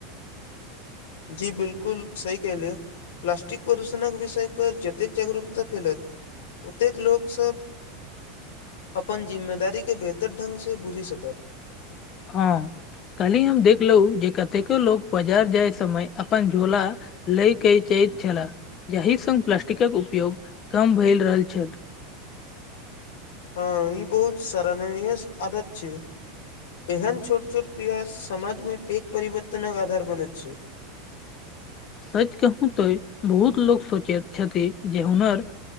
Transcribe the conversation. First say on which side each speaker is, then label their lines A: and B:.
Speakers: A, on the left; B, on the left.
A: जी बिल्कुल सही कहलिय प्लास्टिक प्रदूषणक विषयपर जतेक जागरूकता फैलेथ ओतेक लोकसभ। अपन जिम्मेदारी के बेहतर ढग से बुझि सकैत
B: हँ कलही हम देखलहु जे कतेको लोग बाजार जाय समय अपन झोला लय के जाैत छलाह जाहि संग प्लास्टिकक उपयोग कम भए रहल छल
A: हँ ई बहुत सराहनीय आदत छै। एहन छोट छोट प्रयास समाजमे पैघ परिवर्तनक आधार बनैत छै
B: सच कहू तो बहुत लोग सोचैत छथि जे हुनर